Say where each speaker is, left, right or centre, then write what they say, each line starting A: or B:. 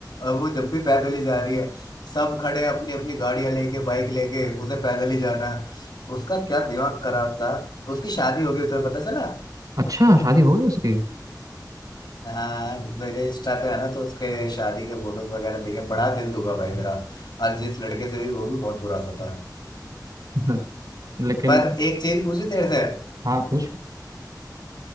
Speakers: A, on the left; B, on the right.
A: और वो जब भी पैदल ही जा रही है सब खड़े हैं अपनी अपनी गाड़ियां लेके बाइक लेके उसे पैदल ही जाना है उसका क्या दिमाग खराब था उसकी शादी हो गई तो पता चला
B: अच्छा शादी हो गई उसकी
A: हाँ मेरे इंस्टा पे है ना तो उसके शादी के फोटोज वगैरह देखे बड़ा दिल दुखा भाई मेरा और जिस लड़के से भी वो भी बहुत बुरा सा था
B: <laughs> लेकिन
A: पर एक चीज पूछी तेरे से
B: हाँ कुछ